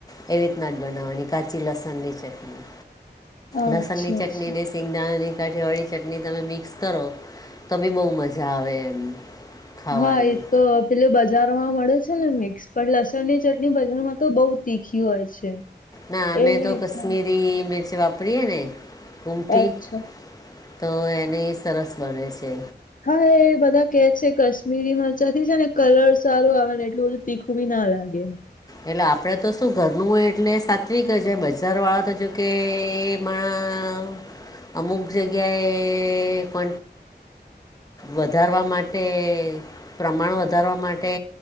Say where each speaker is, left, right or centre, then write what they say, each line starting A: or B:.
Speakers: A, on the left (about 20°); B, on the left (about 50°).
A: એવી રીતના જ બનાવાની, કાચી લસણ ની ચટણી,
B: અચ્છા
A: લસણની. ચટણી
B: અચ્છા
A: અને સિંગદાણાની કાઠીવાળી ચટણી, તમે મિક્સ કરો. તો બી બહુ મજા આવે એમ. ખાવાની
B: હા, એ તો. એટલે બજારમાં મળે છે ને, મિક્સ પણ લસણ ની ચટણી બજારમાં તો બહુ તીખી હોય છે.
A: ના,
B: એવી
A: મે તો
B: રીતના
A: કશમીરી મિર્ચ વાપરી એને ઘૂંગઠી.
B: અચ્છા
A: તો એને સરસ બને છે.
B: હા, એ બધા કે છે કશ કાશમીરી મરચા થી છે ને, કલર સારો આવે ને, એટલું બધું તીખું બી ના લાગે.
A: એટલે આપડે તો શું ઘરનું હોય, એટલે સાત્વિક જ બજાર વાળા તો જો કે એ. માં અમુક જગ્યાએ કો વધારવા માટે, પ્રમાણ વધારવા માટે.